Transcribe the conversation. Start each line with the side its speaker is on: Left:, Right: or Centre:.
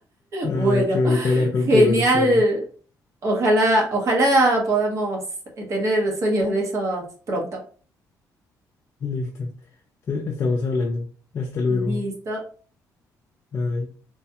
Left: Ay,
Right: Bueno,
Left: qué bonito hablar contigo,
Right: genial.
Left: Luciana.
Right: Ojalá, ojalá podamos eh, tener sueños de esos pronto.
Left: Listo. Te- Estamos hablando. Hasta luego.
Right: Listo.
Left: Bye.